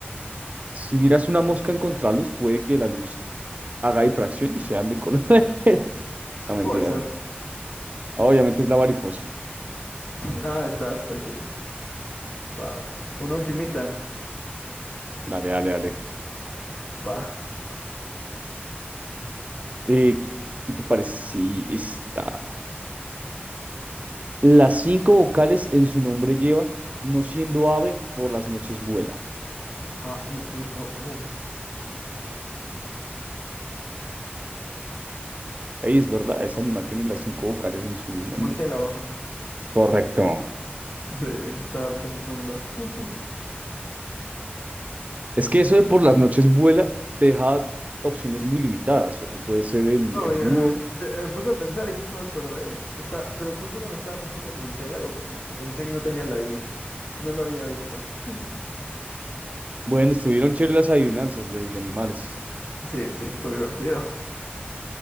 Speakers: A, on the right; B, on the left.
A: Si miras una mosca en contraluz, puede que la luz haga difracción y sean de colores. <laughs> No, mentiras,
B: Puede ser.
A: no.
B: <laughs>
A: Obviamente es la mariposa.
B: Ah, estás, ok. Va, va. Una ultimita.
A: Dale, dale, dale.
B: Va.
A: Eh, ¿qué te parece si está? Las cinco vocales en su nombre lleva, no siendo ave, por las noches vuela.
B: A, E, I, O, U.
A: Ahí es verdad, ese animal tiene las cinco vocales en su nombre.
B: Murciélago.
A: Correcto.
B: Sí, estaba pensando. <laughs>
A: Es que eso de por las noches vuela te deja opciones muy limitadas. O puede ser el,
B: No,
A: el
B: yo,
A: búho.
B: <laughs> me me puse a pensar y justo me acordé. Está, pero justo cuando estaba pensando en el murciélago, pensé que no tenía la I. No lo había visto. <laughs>
A: Bueno, estuvieron chéveres las adivinanzas de, de animales.
B: Sí, sí, estuvo divertido.